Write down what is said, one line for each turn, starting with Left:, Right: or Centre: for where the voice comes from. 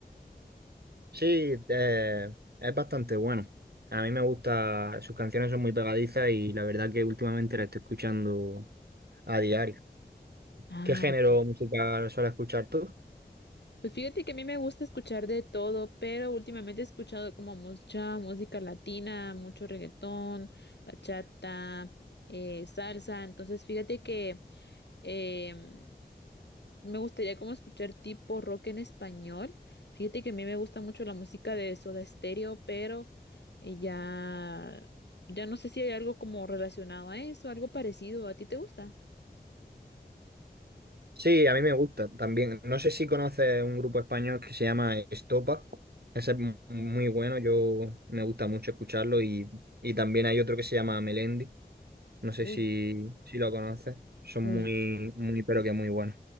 Right: Sí, eh, es bastante bueno. A mí me gusta, sus canciones son muy pegadizas y la verdad que últimamente la estoy escuchando a diario.
Left: Ah,
Right: ¿Qué género
Left: ok.
Right: musical sueles escuchar tú?
Left: Pues fíjate que a mí me gusta escuchar de todo, pero últimamente he escuchado como mucha música latina, mucho reggaetón, bachata, eh, salsa. Entonces fíjate que em, me gustaría como escuchar tipo rock en español. Fíjate que a mí me gusta mucho la música de Soda Stereo, pero eh, ya, ya no sé si hay algo como relacionado a eso, algo parecido. ¿A ti te gusta?
Right: Sí, a mí me gusta también. No sé si conoces un grupo español que se llama Estopa. Ese es mu- muy bueno, yo me gusta mucho escucharlo y, y también hay otro que se llama Melendi. No sé
Left: Uy.
Right: si, si lo conoces. Son
Left: uy.
Right: muy, muy, pero que muy buenos.